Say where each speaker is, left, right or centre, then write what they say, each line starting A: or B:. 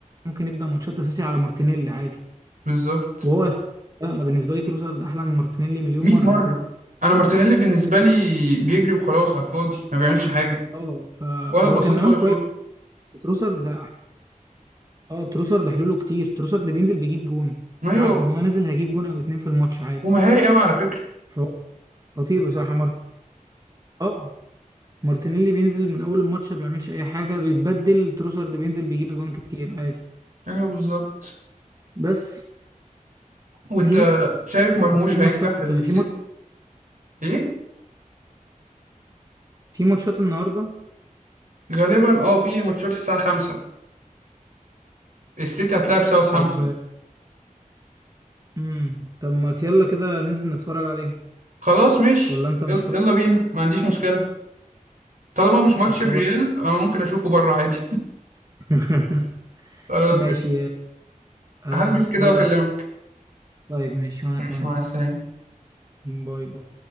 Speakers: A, on the right; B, on the right.
A: ممكن يبدا ماتشات اساسي على مارتينيلي عادي
B: بالظبط
A: وهو أس... لا، انا بالنسبه لي تروسرد احلى من مارتينيلي مليون
B: 100
A: مره
B: مره
A: يعني
B: انا مارتينيلي بالنسبه لي بيجري وخلاص على الفاضي ما بيعملش حاجه
A: اه فهو
B: ولا بسيط
A: كان زمان
B: ولا
A: كويس
B: شوط
A: بس تروسرد ده اه تروسرد حلوله كتير تروسرد بينزل بيجيب جون
B: ايوه
A: عارف ان هو نازل هيجيب جون او اتنين في الماتش عادي
B: ومهاري قوي على فكره
A: فهو خطير بصراحه مارتن اه مارتينيلي بينزل من اول الماتش ما بيعملش اي حاجه بيتبدل تروسارد بينزل بيجيب اجوان كتير عادي
B: ايوه بالظبط
A: بس
B: وانت
A: في ماتش
B: شايف مرموش
A: في ماتشات
B: هينجح السيزون
A: في ماتش
B: ايه
A: في ماتشات النهارده
B: غالبا اه في ماتشات الساعه 5 السيتي هتلاعب ساوثهامبتون
A: طب امم طب ما يلا كده ننزل نتفرج عليها
B: خلاص مش
A: ولا انت مش
B: يلا
A: فاضي
B: يلا بينا ما عنديش مشكله طالما مش ماتش
A: طب خلاص
B: الريال انا ممكن اشوفه بره عادي
A: <laughs>
B: <laughs> خلاص
A: ماشي
B: إيه.
A: آه
B: هلبس كده
A: يلا
B: واكلمك
A: طيب ماشي وانا
B: ماشي
A: كمان
B: مع السلامه
A: باي باي